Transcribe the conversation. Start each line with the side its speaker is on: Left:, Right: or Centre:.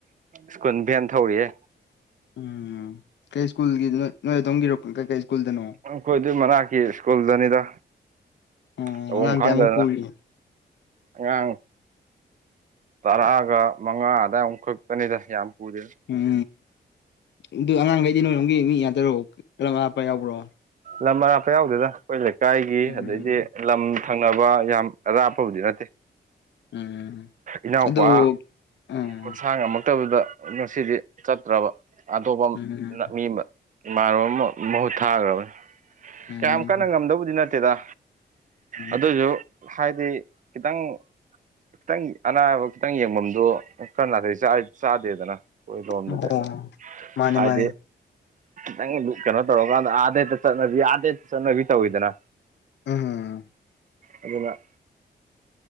Right: ꯁ꯭ꯀꯨꯟ ꯚꯦꯟ ꯊꯧꯔꯤꯌꯦ
Left: ꯎꯝ ꯀꯩ ꯁ꯭ꯀꯨꯜꯒꯤ ꯅꯣꯏ ꯅꯣꯏ ꯑꯗꯣꯝꯒꯤꯔꯣ ꯀꯩ ꯀꯩ ꯁ꯭ꯀꯨꯜꯗꯅꯣ
Right: ꯑꯩꯈꯣꯏ ꯑꯗꯨ ꯃꯅꯥꯛꯀꯤ ꯁ꯭ꯀꯨꯜꯗꯅꯤꯗ
Left: ꯎꯝ
Right: ꯇꯧꯐꯝ
Left: ꯑꯉꯥꯡ
Right: ꯈꯪꯗꯗꯅ
Left: ꯀꯌꯥꯃꯨꯛ ꯄꯨꯔꯤ
Right: ꯑꯉꯥꯡ ꯇꯔꯥꯒ ꯃꯉꯥ ꯑꯗꯥꯏ ꯃꯨꯛ ꯈꯛꯇꯅꯤꯗ ꯌꯥꯝ ꯄꯨꯗꯦ
Left: ꯎꯝ ꯑꯗꯨ ꯑꯉꯥꯡꯉꯩꯗꯤ ꯅꯣꯏꯔꯣꯝꯒꯤ ꯃꯤ ꯌꯥꯗꯔꯣ ꯂꯝ ꯑꯔꯥꯞꯄꯥ ꯌꯥꯎꯕ꯭ꯔꯣ
Right: ꯂꯝ ꯑꯔꯥꯞꯄ ꯌꯥꯎꯗꯦꯗ ꯑꯩꯈꯣꯏ ꯂꯩꯀꯥꯏꯒꯤ
Left: ꯎꯝ
Right: ꯑꯗꯩꯗꯤ ꯂꯝ ꯊꯪꯅꯕ ꯌꯥꯝ ꯑꯔꯥꯞꯄꯕꯨꯗꯤ ꯅꯠꯇꯦ
Left: ꯎꯝ
Right: ꯏꯅꯥꯎꯄꯥ
Left: ꯑꯗꯨꯕꯨ ꯎꯝ
Right: ꯃꯁꯥ ꯉꯝꯃꯛꯇꯕꯗ ꯉꯁꯤꯗꯤ ꯆꯠꯇ꯭ꯔꯕ ꯑꯇꯣꯞꯄ
Left: ꯎꯝ
Right: ꯅ ꯃꯤ ꯑꯃ ꯏꯃꯥꯟꯅꯕꯃ ꯃꯍꯨꯠ ꯊꯥꯈ꯭ꯔꯕꯅꯦ
Left: ꯎꯝ
Right: ꯀꯌꯥꯝ ꯀꯟꯅ ꯉꯝꯗꯕꯨꯗꯤ ꯅꯠꯇꯦꯗ
Left: ꯎꯝ
Right: ꯑꯗꯨꯑꯣꯏꯖꯨ ꯍꯥꯏꯗꯤ ꯈꯤꯇꯪ ꯈꯤꯇꯪ ꯑꯅꯥꯕ ꯈꯤꯇꯪ ꯌꯦꯡꯐꯝꯗꯣ ꯀꯔ ꯅꯥꯇꯩ ꯆꯥ ꯆꯥꯗꯦꯗꯅ ꯍꯣꯏ ꯗꯣꯝꯗꯗꯤ
Left: ꯑꯣ ꯃꯥꯅꯦ
Right: ꯍꯥꯏꯗꯤ
Left: ꯃꯥꯅꯦ
Right: ꯅꯪ ꯀꯩꯅꯣ ꯇꯧꯔꯀꯥꯟꯗ ꯑꯥꯗꯩ ꯍꯦꯛꯇ ꯆꯠꯅꯕꯤ ꯑꯥꯗꯩ ꯆꯠꯅꯕꯤ ꯇꯧꯋꯤꯗꯅ
Left: ꯎꯝ
Right: ꯑꯗꯨꯅ